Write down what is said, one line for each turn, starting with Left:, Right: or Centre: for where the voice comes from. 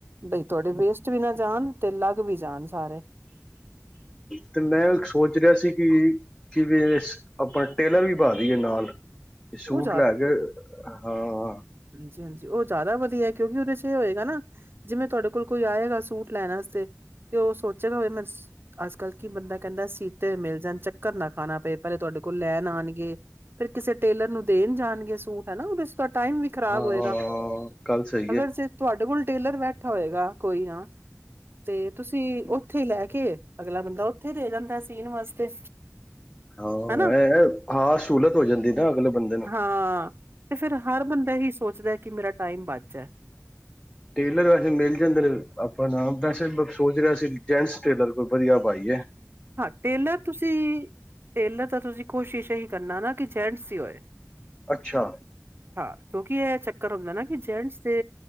Right: ਬਈ ਤੁਹਾਡੇ ਵੇਸਟ ਵੀ ਨਾ ਜਾਣ। ਤੇ ਲੱਗ ਵੀ ਜਾਣ ਸਾਰੇ।
Left: ਤੇ ਮੈਂ ਸੋਚ ਰਿਆ ਸੀ ਕਿ ਕਿ ਵੀ ਅਪਾ ਟੇਲਰ ਵੀ ਬਾ ਦੀਏ, ਨਾਲ। ਸੂਟ
Right: ਉਹ
Left: ਲੈ ਕੇ, ਹਾਂ।
Right: ਹਾਂਜੀ-ਹਾਂਜੀ, ਔ ਜ਼ਾਦਾ ਵਧੀਐ, ਕਿਉਂਕਿ ਓੱਦੇ ਚ ਏ ਹੋਏਗਾ ਨਾ। ਜਿਵੇਂ ਤੁਆਡੇ ਕੋਲ ਕੋਈ ਆਏਗਾ। ਸੂਟ ਲੈਣ ਆਸਤੇ, ਤੇ ਔ ਸੋਚੇਗਾ। ਹੋਵੇ ਮੈਂ ਅੱਜ-ਕੱਲ੍ਹ ਕੀ ਬੰਦਾ ਕੈਂਦਾ, ਸੀਤੇ ਹੋਏ ਮਿਲ ਜਾਣ, ਚੱਕਰ ਨਾ ਖਾਣਾ ਪੇ, ਪੈਲੇ ਤੁਆਡੇ ਕੋਲ ਲੈਣ ਆਣਂਗੇ। ਫੇਰ ਕਿਸੇ ਟੇਲਰ ਨੂੰ ਦੇਣ ਜਾਣਗੇ, ਸੂਟ ਹੈ ਨਾ? ਟਾਈਮ ਵੀ ਖ਼ਰਾਬ
Left: ਹਾਂ
Right: ਹੋਏਗਾ।
Left: ਗੱਲ ਸਹੀ
Right: ਅਗਰ
Left: ਹੈ
Right: ਜੇ ਤੁਆਡੇ ਕੋਲ ਟੇਲਰ ਬੈਠਾ ਹੋਏਗਾ ਕੋਈ ਨਾ, ਤੇ ਤੁਸੀਂ ਉੱਥੇ ਈ ਲੈ ਕੇ, ਅਗਲਾ ਬੰਦਾ ਔਥੇ ਦੇ ਜਾਂਦਾ ਸੀਨ ਵਾਸਤੇ।
Left: ਹਾਂ-ਹਾਂ,
Right: ਹਨਾ
Left: ਸੂਹਲਤ ਹੋ ਜਾਂਦੀ ਨਾ ਅਗਲੇ ਬੰਦੇ ਨੂੰ
Right: ਹਾਂ, ਤੇ ਫੇਰ ਹਰ ਬੰਦਾ ਏਹੀ ਸੋਚਦਾ ਕਿ ਮੇਰਾ ਟਾਈਮ ਬਚ ਜਾਏ।
Left: ਟੇਲਰ ਵੈਸੇ ਮਿਲ ਜਾਂਦੇ ਨੇ। ਆਪਣਾ ਵੈਸੇ ਸੋਚ ਰਿਆ ਸੀ ਜੈਂਟਸ ਟੇਲਰ ਕੋਈ ਵਧੀਆ ਬਾਈਏ।
Right: ਹਾਂ, ਟੇਲਰ ਤੁਸੀਂ ਟੇਲਰ ਤਾਂ ਤੁਸੀਂ ਕੋਸ਼ਿਸ਼ ਏਹੀ ਕਰਨਾ ਨਾ ਕਿ ਜੈਂਟਸ ਈ ਹੋਏ।
Left: ਅੱਛਾ।
Right: ਹਾਂ, ਕਿਉਂਕਿ ਇਹ ਚੱਕਰ ਹੁੰਦਾ ਨਾ ਕਿ ਜੈਂਟਸ ਦੇ